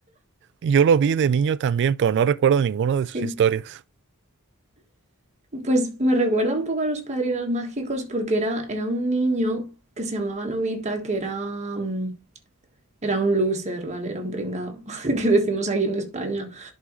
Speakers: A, on the right; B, on the right.
A: yo lo vi de niño también, pero no recuerdo ninguna de sus
B: Sí.
A: historias.
B: Pues me recuerda un poco a los padrinos mágicos porque era, era un niño que se llamaba Novita, que era, mm, era un loser, ¿vale? Era un pringao, <laughs> que decimos aquí en España.